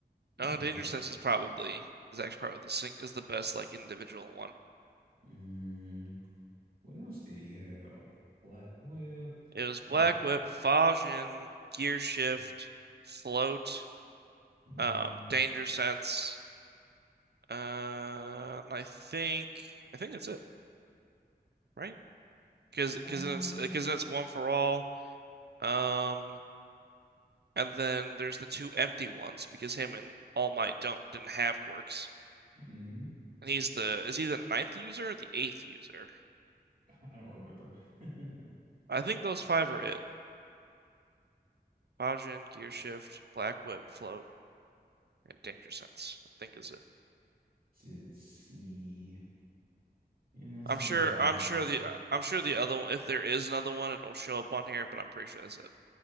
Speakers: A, on the right; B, on the right.
A: he
B: Oh,
A: had a
B: danger
A: lot of.
B: sense
A: 'em.
B: is probably is actually probably the sing- is the best like individual one.
A: Mm, what else did he have? Black whip.
B: It was black
A: Hmm.
B: whip, Fajin, gear shift,
A: Mm,
B: float,
A: mm,
B: um, danger sense, uh, and I think I think that's it. right? Because because
A: um,
B: then it's because then it's one for all. Um, and then there's the two empty ones because him and All Might don't didn't have quirks.
A: mhm.
B: And he's the is he the ninth user or the eighth user?
A: <laughs> I don't remember. <laughs>
B: I think those five are it. Bajin, Gear Shift, Black Whip, Float, and Danger Sense. I think is it.
A: Let's see? Yeah, I'm not see
B: I'm sure
A: anything
B: I'm
A: else
B: sure
A: on here.
B: the I'm sure the other one, if there is another one, it'll show up on here, but I'm pretty sure that's it.